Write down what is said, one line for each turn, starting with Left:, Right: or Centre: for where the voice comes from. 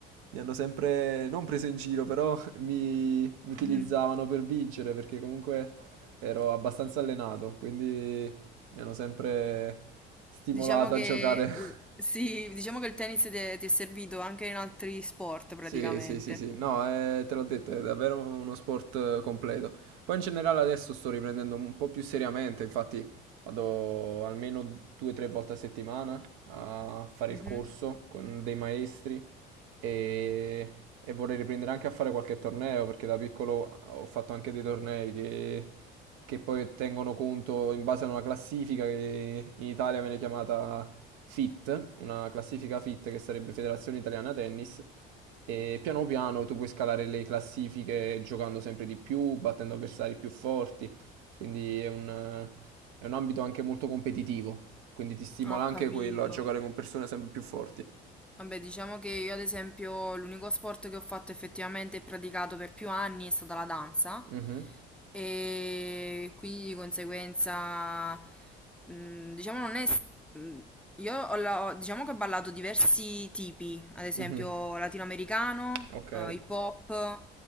Right: mi hanno sempre, non preso in giro, però <laughs> mi, mi utilizzavano
Centre: Mm.
Right: per vincere perché comunque ero abbastanza allenato, quindi mi hanno sempre stimolato
Centre: Diciamo che
Right: a giocare.
Centre: l-
Right: <laughs>
Centre: sì, diciamo che il tennis te- ti è servito anche in altri sport praticamente.
Right: Sì, sì, sì, sì, no, eh, te l'ho detto, è davvero uno sport eh, completo. Poi in generale adesso sto riprendendo un po' più seriamente, infatti vado almeno due o tre volte a settimana a fare
Centre: Mhm.
Right: il corso con dei maestri e, e vorrei riprendere anche a fare qualche torneo perché da piccolo ho fatto anche dei tornei che, che poi tengono conto in base a una classifica che in Italia viene chiamata FIT, una classifica FIT che sarebbe Federazione Italiana Tennis. E piano piano tu puoi scalare le classifiche giocando sempre di più, battendo avversari più forti, quindi è un, è un ambito anche molto competitivo, quindi ti stimola
Centre: Ho
Right: anche
Centre: capito.
Right: quello a giocare con persone sempre più forti.
Centre: Vabbè, diciamo che io ad esempio l'unico sport che ho fatto effettivamente e praticato per più anni è stata la danza.
Right: Mhm.
Centre: E quindi di conseguenza, mh, diciamo, non è. s- mh, Io ho, la- ho- diciamo che ho ballato diversi tipi, ad esempio
Right: Mhm.
Centre: latinoamericano,
Right: Ok.
Centre: eh, hip hop,